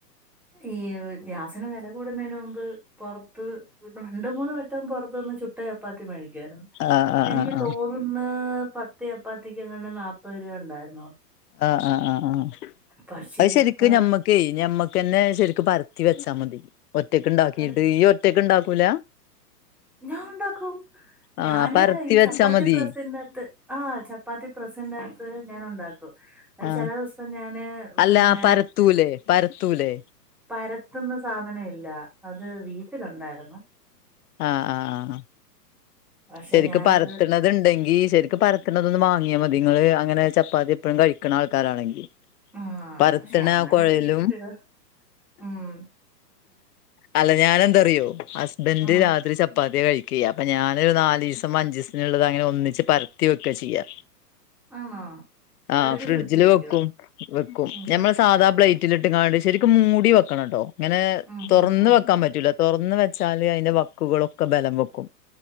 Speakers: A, in the centre; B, on the left (about 65°).
A: ഈ ഗ്യാസിന് വില കൂടുന്നതിന് മുമ്പ് പോർത്ത് രണ്ട്, മൂന്ന് വട്ടം പുറത്ത്ന്ന് ചുട്ട ചപ്പാത്തി മേടിക്കുയിരുന്നു
B: ആഹ് ആഹ്
A: എനിക്ക്
B: ആഹ് ആഹ്
A: തോ ന്ന് പത്ത് ചപ്പാത്തിക്കങ്ങാനും നാപ്പത് രൂപ ഉണ്ടായിരുന്നു
B: ആഹ് ആഹ് ആഹ്
A: പക്ഷെ
B: അത് ശെരിക്കും
A: ഇപ്പൊ
B: ഞമ്മക്കേ ഞമ്മക് ന്നെ ശെരിക്കും പരത്തി വെച്ചാ മതി ഒറ്റക്ക് ഇണ്ടാക്കിട്ട്
A: പര
B: ഈ ഒറ്റയ്ക്ക് ഇണ്ടാക്കൂല?
A: ഞാൻ ഇണ്ടാക്കും
B: ആഹ്
A: ഞാന്
B: പരത്തി
A: ഈ
B: വെച്ചാ
A: ചപ്പാത്തി
B: മതി
A: പ്രസിന്റെ അകത്ത് ആഹ് ചപ്പാത്തി പ്രസിന്റെ അകത്ത് ഞാൻ ഇണ്ടാക്കും അത്
B: ആഹ്
A: ചെല ദിവസം ഞാന്
B: അല്ല
A: പിന്നെ
B: പരത്തൂലേ പരത്തൂലേ
A: പരത്തുന്ന സാധനെ ഇല്ല അത് വീട്ടിലുണ്ടായിരുന്നു
B: ആഹ് ആഹ് ആഹ്
A: പക്ഷെ
B: ശെരിക്കും
A: ഞാനത്
B: പരത്ത്ണ അത്ണ്ടെങ്കി ശെരിക്കും പരത്തുന്നതൊന്ന് വാങ്ങിയാ മതി ഇങ്ങള് അങ്ങനെ ചപ്പാത്തി എപ്പഴും കഴിക്ണ ആൾക്കാരാണെങ്കില്
A: ആഹ്
B: പരത്ത്ണ
A: പക്ഷെ അങ്ങനെ
B: ആഹ് കോഴലും
A: കഴിക്കത്തില്ല ഉം
B: അല്ല ഞാൻ എന്താറിയോ ഹസ്ബന്റ്
A: ഉം
B: രാത്രി ചപ്പാത്തിയാ കഴിക്കെ അപ്പ ഞാന് നാല് ദിവസം അഞ്ച ദിവസത്തിന് അങ്ങനെ ഒന്നിച്ച് പരത്തിവെക്ക ചെയ്യാ
A: ആണോ
B: ആഹ്
A: പരത്തി
B: ഫ്രിഡ്ജില്
A: ഫ്രിഡ്ജ് വെക്കുവോ
B: വെക്കും വെക്കും
A: ഉം
B: ഞമ്മള് സാധാ പ്ല റ്റിലിട്ട് കാണ്ട് ശെരിക്കും മൂടി വെക്കണട്ടോ ഇങ്ങനെ
A: ഉം
B: തോറന്ന്
A: ഉം ഉം
B: വെക്കാൻ പറ്റൂല തോറന്ന് വെച്ചാല് അയ്ന്റെ വക്കുകളൊക്കെ ബലം വെക്കും